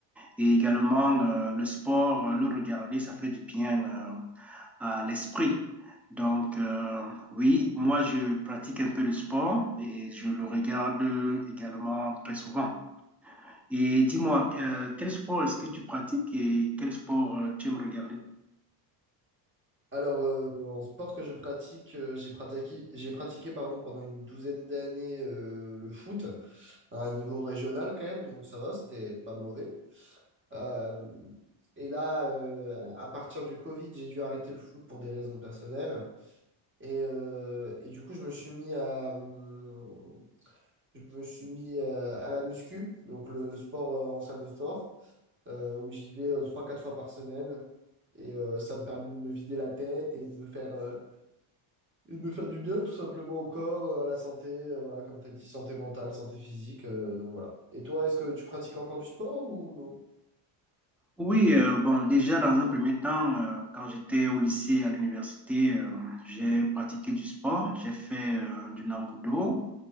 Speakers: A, in the centre; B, on the right.
A: Et également, euh, le sport, euh, le regarder, ça fait du bien euh, à l'esprit. Donc, euh, oui, moi, je pratique un peu de sport et je le regarde également très souvent. Et dis-moi, euh, quel sport est-ce que tu pratiques et quel sport euh, tu aimes regarder?
B: Alors, euh, en sport que je pratique, euh, j'ai pratiqué, j'ai pratiqué pardon, pendant une douzaine d'années euh, le foot. à un niveau régional quand même, donc ça va, c'était pas mauvais. Euh, et là, euh, à partir du Covid, j'ai dû arrêter le foot pour des raisons personnelles. Et, euh, et du coup, je me suis mis à, hum, je me suis mis euh, à la muscu, donc le sport euh, en salle de sport, euh, où j'y vais euh, trois quatre fois par semaine. Et euh, ça me permet de me vider la tête et de me faire, euh, et de me faire du bien tout simplement au corps, euh, à la santé, euh, voilà, comme tu as dit, santé mentale, santé physique, euh, donc voilà. Et toi, est-ce que tu pratiques encore du sport ou non?
A: Oui, euh, bon, déjà dans un premier temps, euh, quand j'étais au lycée, à l'université, euh, j'ai pratiqué du sport. J'ai fait euh, du nambudo,